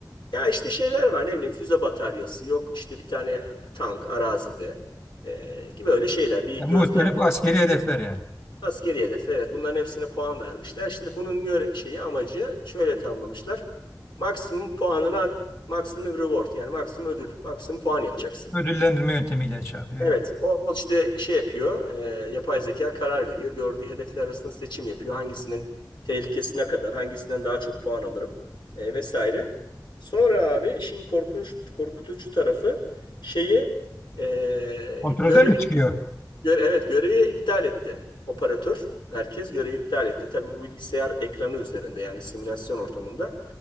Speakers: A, on the left; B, on the left.
A: Ya işte şeyler var ne bileyim füze bataryası yok işte bir tane tank arazide e, gibi öyle şeyler. Bir
B: Ya,
A: gözlem
B: muhtelif askeri hedefler yani.
A: Askeri hedefler evet bunların hepsine puan vermişler. Şimdi bunun göre şeyi amacı şöyle tamamlamışlar. Maksimum puanını maksimum reward yani maksimum ödül, maksimum puan yapacaksın.
B: Ödüllendirme yöntemiyle şey yapıyor.
A: Evet
B: Evet.
A: o işte şey yapıyor. e, yapay zeka karar veriyor. Gördüğü hedefler arasında seçim yapıyor. Hangisinin tehlikesine kadar, hangisinden daha çok puan alırım e, vesaire. Sonra abi işin korkunç korkutucu tarafı şeyi e,
B: Kontrolden
A: görevi
B: mi çıkıyor?
A: Göre- evet görevi iptal etti. Operatör merkez görevi iptal etti. Tabii bu bilgisayar ekranı üzerinde yani simülasyon ortamında.